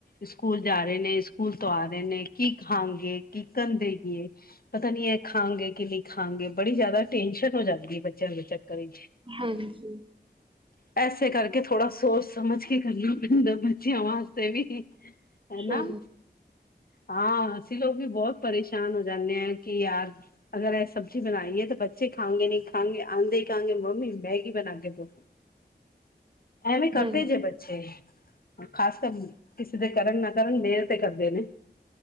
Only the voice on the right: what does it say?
ਹਾਂਜੀ।
ਹਾਂ
ਹਾਂਜੀ,